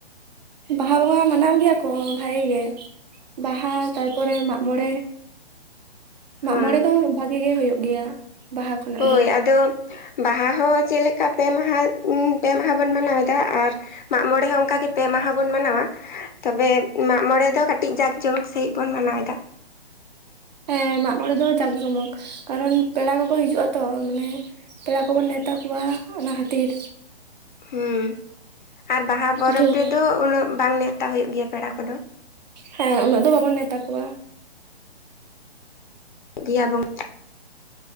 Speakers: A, on the right; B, on the left.
A: ᱵᱟᱦᱟ ᱵᱚᱸᱜᱟ ᱢᱟᱱᱟᱣ ᱜᱮᱭᱟ ᱠᱚ ᱵᱷᱟᱜᱤ ᱜᱮ᱾ ᱵᱟᱦᱟ, ᱛᱟᱨᱯᱚᱨᱮ ᱢᱟᱜ-ᱢᱚᱬᱮ ᱢᱟᱜ
B: ᱦᱮᱸ
A: ᱢᱚᱬᱮ ᱫᱚ ᱵᱷᱟᱜᱤ ᱜᱮ ᱦᱩᱭᱩᱜ ᱜᱮᱭᱟ᱾ ᱵᱟᱦᱟ ᱠᱷᱚᱱᱟᱜ
B: ᱦᱳᱭ
A: ᱫᱚ
B: ᱟᱫᱚ ᱵᱟᱦᱟ ᱦᱚᱸ ᱪᱮᱜ ᱞᱮᱠᱟ ᱯᱮ ᱢᱟᱦᱟ ᱩᱸ ᱯᱮ ᱢᱟᱦᱟ ᱵᱚᱱ ᱢᱟᱱᱟᱣ ᱫᱟ, ᱟᱨ ᱢᱟᱜ-ᱢᱚᱬᱮ ᱦᱚᱸ ᱚᱝᱠᱟ ᱜᱮ ᱯᱮ ᱢᱟᱦᱟ ᱵᱚᱱ ᱢᱟᱱᱟᱣᱟ᱾ ᱛᱚᱵᱮ ᱢᱟᱜ ᱢᱚᱬᱮ ᱫᱚ ᱠᱟᱹᱴᱤᱡ ᱡᱟᱠ ᱡᱚᱢᱚᱠ ᱥᱟᱺᱦᱤᱡ ᱵᱚᱱ ᱢᱟᱱᱟᱣ ᱫᱟ᱾
A: ᱮᱸ ᱢᱟᱜ ᱢᱚᱬᱮ ᱫᱚ ᱡᱟᱸᱠ ᱡᱚᱢᱚᱠ, ᱠᱟᱨᱚᱱ ᱯᱮᱲᱟ ᱠᱚᱠᱚ ᱦᱤᱡᱩᱜᱼᱟ ᱛᱚ, ᱢᱟᱱᱮ ᱯᱮᱲᱟ ᱠᱚᱵᱚᱱ ᱱᱮᱣᱛᱟ ᱠᱚᱣᱟ, ᱚᱱᱟ ᱠᱷᱟᱹᱛᱤᱨ᱾
B: ᱦᱩᱸ ᱟᱨ ᱵᱟᱦᱟ ᱯᱚᱨᱚᱵᱽ
A: ᱫᱷᱩᱨ
B: ᱛᱮᱫᱚ, ᱩᱱᱟᱹᱜ ᱵᱟᱝ ᱱᱮᱣᱛᱟ ᱦᱳᱭᱳᱜ ᱜᱮᱭᱟ, ᱯᱮᱲᱟ ᱠᱚᱫᱚ᱾
A: ᱦᱮᱸ, ᱩᱱᱟᱹᱜ ᱫᱚ ᱵᱟᱵᱚᱱ ᱱᱮᱣᱛᱟ ᱠᱚᱣᱟ᱾
B: ᱫᱮᱭᱟ ᱵᱚᱝ